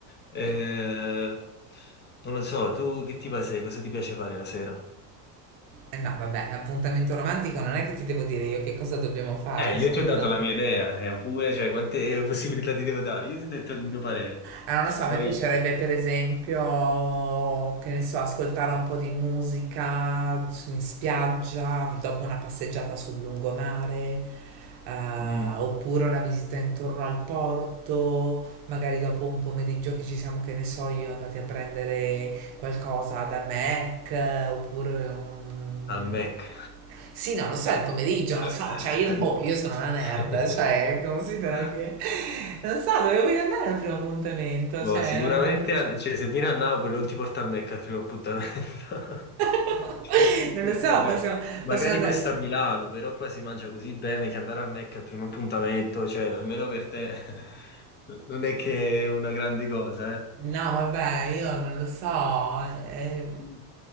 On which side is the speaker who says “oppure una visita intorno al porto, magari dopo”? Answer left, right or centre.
Right